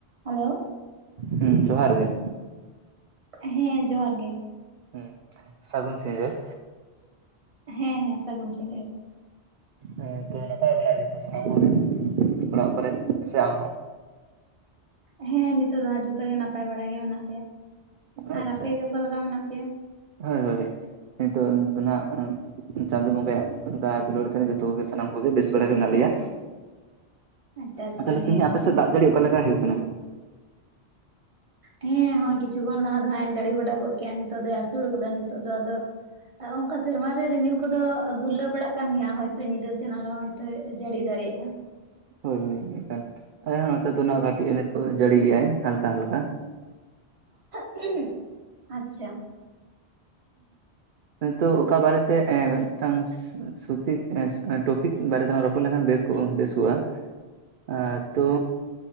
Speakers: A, on the right; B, on the right.
A: Hello
B: ᱦᱩᱸ ᱡᱚᱦᱟᱨ ᱜᱮ
A: ᱦᱮᱸ ᱡᱚᱦᱟᱨ ᱜᱮ
B: ᱦᱩᱸ ᱥᱟᱹᱜᱩᱱ ᱥᱤᱸᱜᱟ. ᱬ
A: ᱦᱮᱸ ᱦᱮᱸ ᱥᱟᱹᱜᱩᱱ ᱥᱤᱜᱟ. ᱬ
B: ᱦᱮᱸ ᱛᱚ ᱱᱟᱯᱟᱭ ᱵᱟᱲᱟ ᱜᱮ ᱛᱚ ᱥᱟᱱᱟᱢ ᱠᱚᱜᱮ ᱚᱲᱟᱜ ᱠᱚᱨᱮᱫ ᱥᱮ ᱟᱢ ᱦᱚᱸ
A: ᱦᱮᱸ ᱱᱤᱛᱚᱜ ᱫᱚ ᱦᱟᱸᱜ ᱡᱷᱚᱛᱚ ᱜᱮ ᱱᱟᱯᱟᱭ ᱵᱟᱲᱟ ᱜᱮ ᱢᱮᱱᱟᱜ ᱞᱮᱭᱟ
B: ᱟᱪᱪᱷᱟ
A: ᱟᱨ ᱟᱯᱮᱜ ᱜᱮ ᱚᱠᱟ ᱞᱮᱠᱟ ᱢᱮᱱᱟᱜ ᱯᱮᱭᱟ
B: ᱦᱳᱭ ᱦᱳᱭ ᱱᱤᱛᱚᱜ ᱫᱚ ᱱᱟᱜ ᱪᱟᱸᱫᱚ ᱵᱚᱸᱜᱟᱣᱟᱜ ᱫᱟᱭᱟ ᱫᱩᱞᱟᱹᱲ ᱛᱮ ᱡᱚᱛᱚ ᱜᱮ ᱥᱟᱱᱟᱢ ᱠᱚᱜᱮ ᱵᱮᱥ ᱵᱟᱲᱟ ᱜᱮ ᱢᱮᱱᱟᱜ ᱞᱮᱭᱟ
A: ᱟᱪᱪᱷᱟ ᱟᱪᱪᱷᱟ
B: ᱟᱨ ᱛᱟᱞᱦᱮ ᱛᱮᱦᱤᱧᱚᱜ
A: ᱦᱮᱸ
B: ᱟᱯᱮ ᱥᱮᱫ
A: ᱟᱫᱚ
B: ᱫᱟᱜ ᱡᱟᱲᱤ ᱚᱠᱟᱞᱮᱠᱟ ᱦᱩᱭᱩᱜ ᱠᱟᱱᱟ
A: ᱦᱮᱸ ᱦᱚᱸᱜ-ᱚᱭ ᱠᱤᱪᱷᱩ ᱠᱷᱚᱱ ᱞᱟᱦᱟ ᱫᱚ ᱦᱟᱸᱜᱮ ᱡᱟ. ᱲᱤ ᱵᱟᱲᱟ ᱜᱚᱫ ᱠᱮᱟᱭ ᱱᱤᱛᱚᱜ ᱫᱚᱭ ᱟᱹᱥᱩᱲ ᱠᱟᱫᱟ ᱱᱤᱛᱚᱜ ᱫᱚ ᱟᱫᱚ ᱦᱚᱸᱜ-ᱚ ᱱᱚᱝᱠᱟ ᱥᱮᱨᱢᱟᱨ ᱨᱮ ᱨᱤᱢᱤᱞ ᱠᱚᱫᱚ ᱜᱩᱨᱞᱟᱹᱣ ᱵᱟᱲᱟᱜ ᱠᱟᱱ ᱜᱮᱭᱟ ᱦᱚᱭᱛᱳ ᱧᱤᱫᱟᱹ ᱥᱮᱱ ᱟᱨᱦᱚᱸ ᱛᱮ ᱡᱟᱹᱲᱤ ᱫᱟᱲᱮᱭᱟᱜᱼᱟ
B: ᱦᱳᱭ ᱦᱳᱭ ᱮᱠᱟᱞ ᱟᱨᱦᱚᱸ ᱱᱚᱛᱮ ᱫᱚᱱᱟᱜ ᱠᱟᱹᱴᱤᱡ ᱡᱟᱹᱲᱤᱭᱮᱫᱼᱟᱭ ᱦᱟᱞᱠᱟ ᱦᱟᱞᱠᱟ
A: <unintelligible> ᱟᱪᱪᱷᱟ
B: ᱦᱤᱸ ᱱᱤᱛᱳ ᱚᱠᱟ ᱵᱟᱨᱮᱛᱮ ᱮᱸᱻ ᱢᱤᱫᱴᱟᱝ <unintelligible> ᱥᱩᱯᱤ ᱮᱸ ᱮᱸ ᱴᱚᱯᱤᱠ ᱵᱟᱨᱮ ᱛᱮᱞᱟᱝ ᱨᱚᱯᱚᱲ ᱞᱮᱱᱠᱷᱟᱱ ᱵᱮᱥ ᱠᱚᱜᱼᱟ ᱮᱸ ᱛᱚ